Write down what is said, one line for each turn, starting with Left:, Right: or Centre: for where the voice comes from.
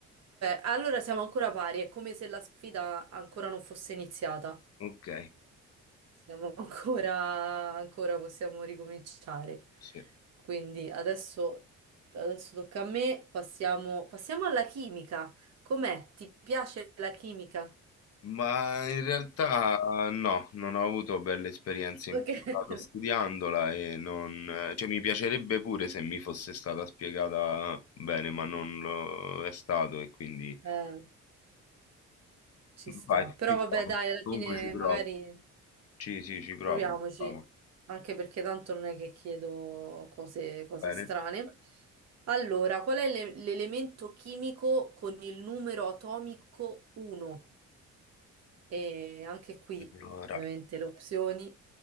Right: allora siamo ancora pari, è come se la sfida ancora non fosse iniziata.
Left: Ok,
Right: Siamo <laughs> ancora, ancora possiamo ricominciare.
Left: sì.
Right: Quindi adesso, adesso tocca a me, passiamo, passiamo alla chimica. Com'è? Ti piace la chimica?
Left: Ma in realtà no, non ho avuto belle esperienze in
Right: Ok.
Left: passato
Right: <laughs>
Left: studiandola e non... cioè mi piacerebbe pure se mi fosse stata spiegata bene, ma non lo è stato e quindi
Right: Eh, ci sta.
Left: vai,
Right: Però
Left: ci
Right: vabbè,
Left: provo.
Right: dai, alla
Left: Comunque
Right: fine
Left: ci provo.
Right: magari
Left: Sì, sì, ci provo.
Right: Proviamoci,
Left: ci provo.
Right: anche perché tanto non è che chiedo cose, cose
Left: Bene.
Right: strane. Allora, qual è l'e- l'elemento chimico con il numero atomico 1? E anche qui,
Left: Allora,
Right: ovviamente, le opzioni.